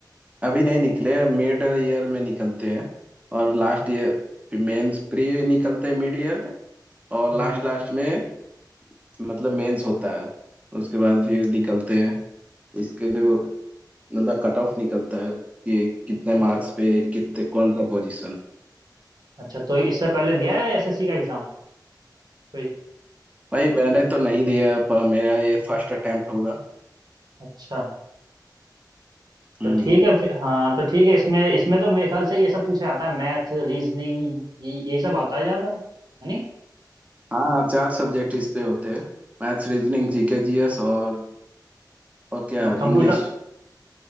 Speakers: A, on the right (about 20°); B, on the right (about 65°).
A: अभी नहीं निकले मिड ईयर में निकलते हैं और लास्ट ईयर मेंस प्री निकलते हैं मिड ईयर में और
B: हम्म
A: लास्ट लास्ट में मतलब मेंस होता है उसके बाद फिर निकलते हैं इसके जो मतलब कट ऑफ निकलता है कि कितने
B: अच्छा
A: मार्क्स पे कितने कौन सा पोजीशन
B: अच्छा तो इससे पहले दिया है एसएससी का एग्जाम कोई
A: भाई मैंने तो नहीं दिया पर मेरा ये फर्स्ट अटेम्प्ट होगा
B: अच्छा
A: हम्म
B: तो ठीक है फिर हाँ तो ठीक है इसमें इसमें तो मेरे ख्याल से ये सब पूछा जाता है मैथ रीजनिंग ये यही सब आता है ज्यादा है नहीं
A: हाँ चार सब्जेक्ट इस पे होते हैं मैथ्स रीजनिंग जीके जीएस और और क्या
B: computer
A: इंग्लिश